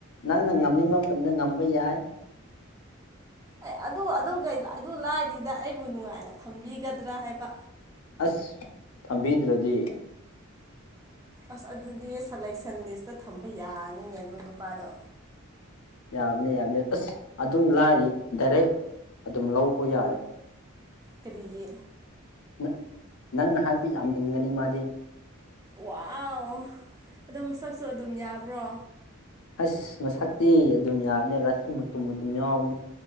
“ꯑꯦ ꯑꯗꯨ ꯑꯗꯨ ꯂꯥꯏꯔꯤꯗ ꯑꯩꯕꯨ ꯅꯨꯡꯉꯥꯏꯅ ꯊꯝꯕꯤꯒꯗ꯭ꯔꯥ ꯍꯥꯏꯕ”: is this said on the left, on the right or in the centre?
Right